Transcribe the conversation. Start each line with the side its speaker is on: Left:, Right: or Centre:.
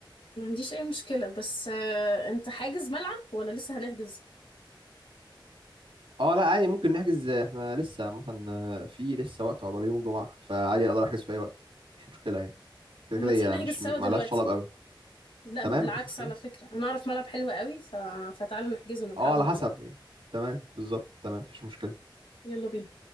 Left: ما عنديش اي مشكله بس آه، انت حاجز ملعب ولا لسه هنحجز
Right: اه لا عادي ممكن نحجز احنا لسه عامه في لسه وقت عقبال يوم الجمعه فعادي اقدر احجز في اي وقت مش مشكله يعني كده
Left: اما
Right: كده هي
Left: تيجي نحجز
Right: مش
Left: سوا
Right: معلهاش
Left: دلوقتي
Right: طلب قوي
Left: لا
Right: تمام
Left: بالعكس
Right: مفيش مشكله
Left: على فكره انا اعرف ملعب حلو قوي ف... فتعالى نحجزه ونلحقه
Right: اه على
Left: من
Right: حسب
Left: دلوقتي
Right: يعني تمام بالظبط تمام مفيش مشكله
Left: يلا بينا